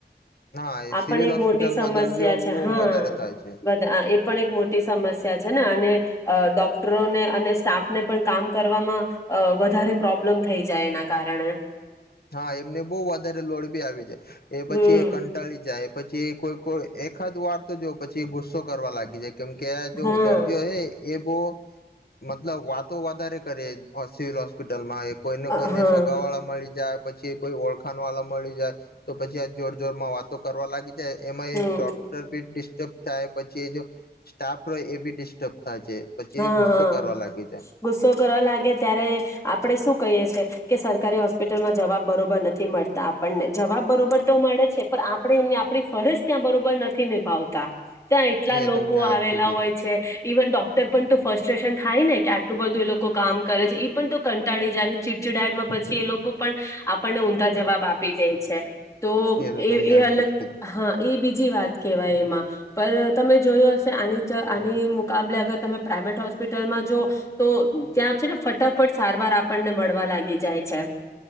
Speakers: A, on the left; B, on the left.
A: હા એ
B: આ
A: સિવિલ
B: પણ એક
A: હોસ્પિટલમાં
B: મોટી સમસ્યા
A: દર્દીઓ
B: છે
A: બહુ
B: હા
A: વધારે થાય છે
B: બધા એ પણ એક મોટી સમસ્યા છે. ને અને ડોક્ટરોને અને સ્ટાફને પણ કામ કરવામાં અ વધારે પ્રોબ્લમ થઈ જાય એના કારણે.
A: હા એમને બહુ વધારે લોડ ભી આવી જાય. એ પછી
B: હમ
A: એ કંટાળી જાય એ પછી... કોઈ કોઈ એકાદ વાર તો જોવ પછી ગુસ્સો કરવા લાગી જાય... કેમ કે આ જો
B: હા
A: દર્દીઓ હ... એ બહુ મતલબ વાતો વધારે કરે સિવિલ હોસ્પિટલમાં. કોઈને
B: હા
A: કોઈને સગાવાળા મળી... <unintelligible> પછી એ કોઈ ઓળખાણ વાળા મળી જાય તો પછી આ જોર જોર માં વાતો કરવા લાગી એમાં
B: હમ
A: એ ડોક્ટર બી ડિસ્ટર્બ થાય પછી એ જો સ્ટાફ રે એ બી ડિસ્ટર્બ થાય છે પછી
B: હા
A: એ ગુસ્સો
B: હા
A: કરવા લાગી
B: ગુસ્સો કરવા લાગે ત્યારે આપડે શું કહી છે કે સરકારી હોસ્પિટલમાં જવાબ બરોબર નથી મળતા પણને જવાબ બરોબર તો મળે છે પણ આપણેે એમને આપણી ફરજ ત્યાં બરોબર નથી નિભાવતા. ત્યાં એટલા
A: જાય એ
B: લોકો
A: તમને હાચું
B: આવેલા
A: કીધું
B: હોય છે ઇવન ડોક તર પણ તો ફસ્ટ્રેશન થાય ને કે આટલું બધું એ લોકો કામ કરે છે એ પણ તો કંટાળી જાય ને ચીડચીડાડમાં પછી એ લોકો પણ આપણને ઊંધા જવાબ આપી દે છે. તો
A: તો
B: એ
A: તમને
B: એ
A: હાચું
B: અલગ
A: જ કીધું
B: હા એ બી જી વાત કેવાય એમાં પર તમે જોયુ હશે આ આની મુકાબલે અગર- તમે પ્રાાઈવેટ હોસ્પિટલમાં જો તો ત્યાં છે ને ફટાફટ સારવાર આપણને મળવા લાગી જાય છે.